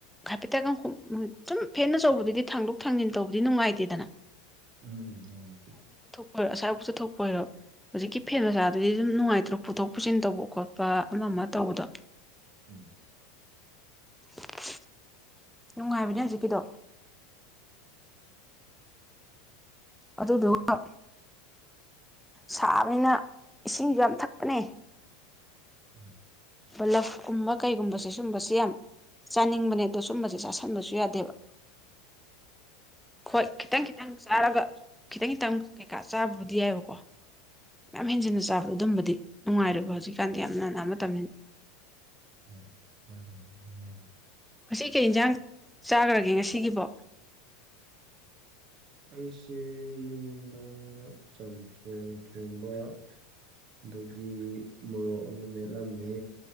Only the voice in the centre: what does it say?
ꯍꯥꯏꯐꯦꯠꯇꯒ ꯍꯨꯝ ꯁꯨꯝ ꯐꯦꯟ ꯑꯆꯧꯕꯗꯨꯗꯤ ꯊꯥꯡꯗꯣꯛ ꯊꯥꯡꯖꯤꯟ ꯇꯧꯕꯗꯤ ꯅꯨꯡꯉꯥꯏꯇꯦꯗꯅ
ꯍꯣꯏꯔꯣ ꯑꯁꯥꯐꯥꯎ ꯆꯠꯊꯣꯛꯄ ꯑꯣꯏꯔꯣ ꯍꯧꯖꯤꯛꯀꯤ ꯐꯦꯟ ꯃꯆꯥꯗꯨꯗꯤ ꯑꯗꯨꯝ ꯅꯨꯡꯉꯥꯏꯇ꯭ꯔꯣ ꯄꯨꯊꯣꯛ ꯄꯨꯁꯤꯟ ꯇꯧꯕ ꯈꯣꯠꯄ ꯑꯃ ꯃ ꯇꯧꯕꯗꯣ꯫
<unintelligible> ꯅꯨꯡꯉꯥꯏꯕꯅꯦ ꯍꯧꯖꯤꯛꯀꯤꯗꯣ꯫ ꯑꯗꯨꯗꯨꯒ ꯁꯥꯕꯅꯤꯅ ꯏꯁꯤꯡꯁꯨ ꯌꯥꯝ ꯊꯛꯄꯅꯦ꯫
ꯄꯜꯂꯞ ꯀꯨꯝꯕ ꯀꯩꯒꯨꯝꯕꯁꯦ ꯁꯤꯒꯨꯝꯕꯁꯦ ꯌꯥꯝ ꯆꯥꯅꯤꯡꯕꯅꯦ ꯑꯗꯣ ꯁꯨꯝꯕꯁꯦ ꯆꯥꯁꯟꯕꯁꯨ ꯌꯥꯗꯦꯕ꯫ ꯍꯣꯏ ꯈꯤꯇꯪꯈꯤꯠ ꯇꯪ ꯆꯥꯔꯒ ꯈꯤꯇꯪ-ꯈꯤꯇꯪ ꯀꯩꯀꯥ ꯆꯥꯕꯕꯨꯗꯤ ꯌꯥꯏꯕꯀꯣ ꯌꯥꯝ ꯍꯦꯟꯖꯤꯟꯅ ꯆꯥꯕꯗꯣ ꯑꯗꯨꯝꯕꯗꯤ ꯅꯨꯡꯉꯥꯏꯔꫭꯏꯕ ꯍꯧꯖꯤꯛꯀꯥꯟꯗꯤ ꯌꯥꯝ ꯅꯥꯅꯥ ꯃꯇꯝꯅꯤ
ꯉꯁꯤ ꯀꯩ ꯍꯦꯟꯁꯥꯡ ꯆꯥꯈ꯭ꯔꯒꯦ ꯉꯁꯤꯒꯤꯕꯣ꯫